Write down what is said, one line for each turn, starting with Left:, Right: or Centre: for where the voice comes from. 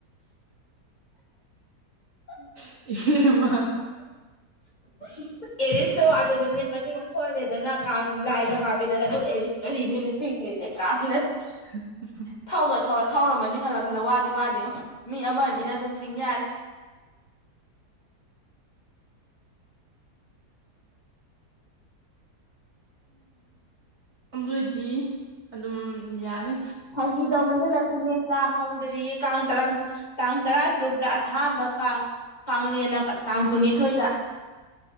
Left: ꯎꯝ ꯎꯝ
Right: <unintelligible>
Left: <inaudible> ꯑꯦꯔꯤꯁꯇꯣ ꯑꯗꯨꯗꯅꯦ ꯃꯅꯤꯡ ꯃꯊꯣꯟꯍꯜꯂꯦꯗꯅ ꯀꯥꯡ ꯂꯥꯏꯗꯣ ꯍꯥꯞꯄꯦꯗꯅ ꯑꯗꯨ ꯑꯦꯔꯤꯁ ꯀ ꯏꯗꯤ ꯅ ꯊꯦ ꯀꯥꯥꯟꯅ
Right: <inaudible>
Left: ꯊꯧꯒ ꯊꯧꯔ ꯊꯧꯔꯝꯕ ꯅꯤꯡꯍꯜꯂꯛꯄꯗ ꯋꯥꯗꯤ ꯋꯥꯗꯤꯀꯣ ꯃꯤ ꯑꯃ ꯑꯅ ꯑꯗꯨꯝ ꯆꯤꯡ ꯌꯥꯔꯦ
Right: ꯝꯕꯣꯏꯗꯤ ꯑꯗꯨꯝ ꯌꯥꯔꯦ
Left: ꯍꯗ ꯃꯅꯦ ꯂꯁꯃꯤ ꯀꯥꯡ ꯍꯧꯗꯔꯤꯌꯦ ꯀꯥꯡ ꯇꯔꯥꯡ ꯇꯥꯡ ꯇꯔꯥ ꯇꯔꯨꯛꯇ ꯑꯍꯥꯟꯕ ꯄꯦꯟꯅ ꯇꯥꯡ ꯀꯨꯟꯅꯤꯊꯣꯏꯗ